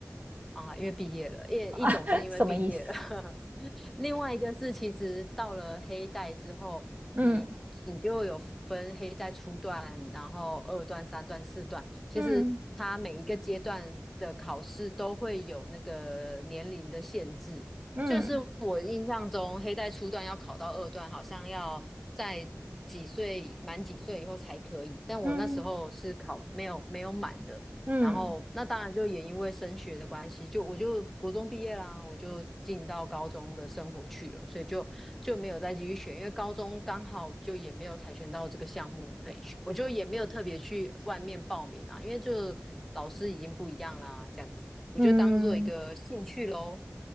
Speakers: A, in the centre; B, on the right (about 30°).
A: 啊，因为毕业了，一一种是因为毕业了，
B: <laughs> 什么意思？
A: <laughs> 另外一个是其实到了黑带之后，
B: 嗯
A: 你你就有分黑带初段，然后二段、三段、四段，其实它每一个阶段的考试都会有那个年龄的限制。
B: 嗯嗯
A: 就是我印象中，黑带初段要考到二段，好像要在几岁满几岁以后才可以，但我那时候是考没有没有满的。
B: 嗯嗯
A: 然后那当然就也因为升学的关系，就我就国中毕业啦，我就进到高中的生活去了，所以就就没有再继续学，因为高中刚好就也没有跆拳道这个项目可以学我就也没有特别去外面报名啦，因为就老师已经不一样啦，这样子，我就当做一个兴趣喽。
B: 嗯，